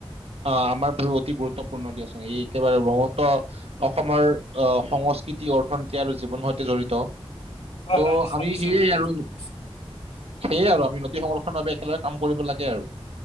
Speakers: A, on the right (about 80°); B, on the left (about 75°).
A: আহ, আমাৰ বহু অতি গুৰুত্বপূৰ্ণ নদী আছে এই একেবাৰে ব্ৰহ্মত্ৰ অসমৰ আহ, সংস্কৃতি অৰ্থনীতি আৰু জীৱনৰ সৈতে জড়িত।
B: হয়
A: ত'
B: হয় নিশ্চয়
A: আমি
B: নিশ্চয়
A: সেয়ে
B: তুমি
A: আৰু
B: ঠিকে কৈছা
A: সেয়ে আৰু আমি সংৰক্ষণ বাবে একেলগে কাম কৰিব লাগে আৰু